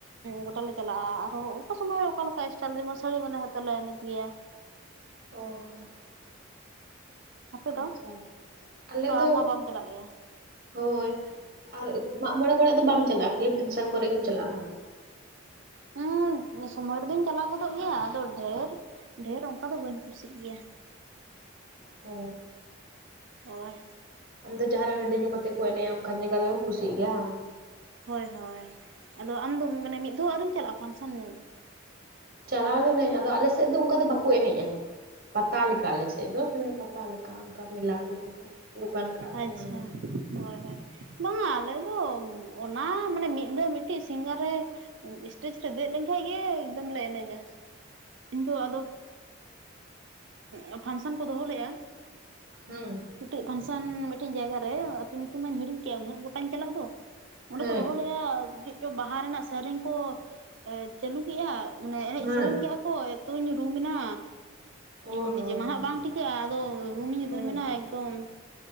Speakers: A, on the right (about 65°); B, on the right (about 45°).
A: ᱜᱚᱴᱟ ᱞᱮ ᱪᱟᱞᱟᱜᱼᱟ, ᱟᱨᱦᱚᱸ ᱚᱠᱟ ᱥᱚᱢᱚᱭ ᱚᱠᱟ ᱞᱮᱠᱟ ᱥᱴᱟᱭᱤᱞ ᱡᱮᱢᱚᱱ ᱥᱟᱹᱲᱤ ᱵᱟᱸᱫᱮ ᱠᱟᱛᱮ ᱞᱮ ᱮᱱᱮᱡ ᱜᱮᱭᱟ᱾
B: ᱚᱻ
A: ᱟᱯᱮ
B: ᱟᱪᱪᱷᱟ,
A: ᱫᱚ
B: ᱟᱞᱮ
A: ᱚ
B: ᱫᱚ
A: ᱟᱢ ᱢᱟ ᱵᱟᱢ ᱪᱟᱞᱟᱜ ᱜᱮᱭᱟ
B: ᱦᱳᱭ ᱟᱨ ᱢᱟᱜᱢᱚᱬᱮ ᱠᱚᱨᱮ ᱫᱚ ᱵᱟᱢ ᱪᱟᱞᱟᱜᱼᱟ, ᱠᱷᱟᱞᱤ ᱯᱷᱮᱱᱥᱚᱱ ᱠᱚᱨᱮ ᱜᱮᱢ ᱪᱟᱞᱟᱜᱼᱟ ᱦᱟᱝ?
A: ᱦᱩᱸ ᱥᱚᱢᱚᱭ ᱨᱮᱫᱚᱧ ᱪᱟᱞᱟᱣ ᱜᱚᱫᱚᱜ ᱜᱮᱭᱟ᱾ ᱟᱫᱚ ᱰᱷᱮᱨ ᱰᱷᱮᱨ ᱚᱱᱠᱟ ᱫᱚ ᱵᱟᱹᱧ ᱠᱩᱥᱤᱜ ᱜᱮᱭᱟ᱾
B: ᱚ
A: ᱦᱳᱭ,
B: ᱟᱢ ᱫᱚ ᱡᱟᱦᱟᱸᱨᱮ ᱦᱟᱺᱰᱤ ᱧᱩ ᱠᱟᱛᱮᱫ ᱠᱚ ᱮᱱᱮᱡᱼᱟ, ᱚᱱᱠᱟᱱ ᱡᱟᱭᱜᱟ ᱨᱮᱢ ᱠᱩᱥᱤᱜ ᱜᱮᱭᱟ ᱦᱟᱝ?
A: ᱦᱳᱭ ᱦᱳᱭ, ᱟᱫᱚ ᱟᱢᱫᱚ ᱢᱟᱱᱮ ᱢᱤᱫ ᱫᱷᱚᱢ ᱦᱚᱸ ᱟᱹᱣᱨᱤᱢ ᱪᱟᱞᱟᱜᱼᱟ ᱯᱷᱟᱱᱥᱚᱱ ᱧᱮᱞ ᱫᱚ?
B: ᱪᱟᱞᱟᱣ ᱞᱤᱱᱟᱹᱧ ᱟᱫᱚ ᱟᱞᱮ ᱥᱮᱫ ᱫᱚ ᱚᱱᱠᱟ ᱫᱚ ᱵᱟᱠᱚ ᱮᱱᱮᱡ-ᱟ ᱯᱟᱛᱟ ᱞᱮᱠ ᱞᱮᱠᱟ ᱟᱞᱮ ᱥᱮᱫ ᱫᱚ ᱢᱟᱱᱮ ᱯᱟᱛᱟ ᱞᱮᱠᱟ ᱚᱱᱠᱟ ᱢᱮᱞᱟ ᱠᱚ ᱚᱱᱠᱟ, ᱫᱚᱠᱟᱱ ᱠᱟᱜᱼᱟ
A: ᱟᱪᱪᱷᱟ
B: ᱠᱚ ᱦᱟᱱᱟ
A: ᱦᱳᱭ ᱦᱳᱭ ᱾ ᱵᱟᱝ ᱟᱞᱮᱫᱚ ᱚᱱᱟ ᱢᱟᱱᱮ ᱢᱤᱫ ᱰᱟᱹᱨ ᱢᱤᱫᱴᱤᱡ ᱥᱤᱝᱜᱟ ᱨᱮ ᱥᱮᱴᱮᱡ ᱨᱮ ᱫᱮᱡ ᱞᱮᱱᱠᱟᱡ ᱜᱮ ᱮᱠᱫᱚᱢ ᱞᱮ ᱮᱱᱮᱡᱟ ᱾ ᱤᱧ ᱫᱚ ᱟᱫᱚ ᱩᱸ ᱯᱷᱟᱱᱥᱚᱱ ᱠᱚ ᱫᱚᱦᱚ ᱞᱮ-ᱟ,
B: ᱦᱩᱸ ᱾
A: ᱢᱤᱫᱴᱮᱱ ᱯᱷᱟᱱᱥᱚᱱ ᱢᱤᱫᱴᱮᱱ ᱡᱟᱭᱜᱟ ᱨᱮ ᱟᱹᱛᱩ ᱧᱩᱛᱩᱢ ᱢᱟᱧ ᱦᱤᱲᱤᱧ ᱠᱮᱜ-ᱟ ᱩᱱᱟᱹᱜ ᱜᱚᱴᱟᱧ ᱪᱟᱞᱟᱜ ᱫᱚ ᱾ ᱚᱸᱰᱮ
B: ᱦᱮᱸ
A: ᱠᱚ ᱫᱚᱦᱚ ᱞᱮᱫᱼᱟ ᱪᱮᱫ ᱪᱚᱝ ᱵᱟᱦᱟ ᱨᱮᱱᱟᱜ ᱥᱮᱨᱮᱧ ᱠᱚ ᱪᱟᱹᱞᱩ ᱠᱮᱜᱼᱟ ᱢᱟᱱᱮ ᱮᱱᱮᱡ ᱥᱮᱨᱮᱧ
B: ᱦᱮᱸ
A: ᱠᱚ ᱮᱸᱛᱚᱧ ᱨᱩᱢ ᱱᱟ
B: ᱚ
A: ᱱᱤᱡᱮ
B: ᱦᱚᱸ
A: ᱢᱟ ᱦᱟᱸᱜ ᱵᱟᱝ ᱴᱷᱤᱠᱟᱹᱜᱼᱟ ᱟᱫᱚ ᱨᱩᱢ ᱤᱧ ᱨᱩᱢ
B: ᱦᱮᱸ
A: ᱮᱱᱟ ᱮᱠᱫᱚᱢ